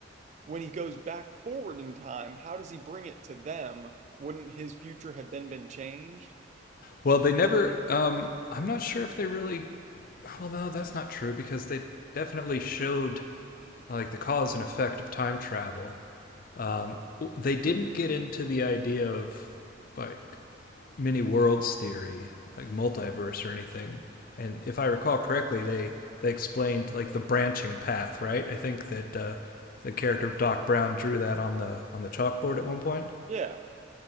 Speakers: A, on the right; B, on the left.
A: when he goes back forward in time, how does he bring it to them? Wouldn't his future have then been changed?
B: Well, they never. Um, I'm not sure if they really Well, no, that's not true because they definitely showed like the cause and effect of time travel. Um, they didn't get into the idea of like many worlds theory, like multiverse or anything. And if I recall correctly, they they explained like the branching path, right? I think that uh, the character of Doc Brown drew that on the on the chalkboard at one point.
A: Yeah,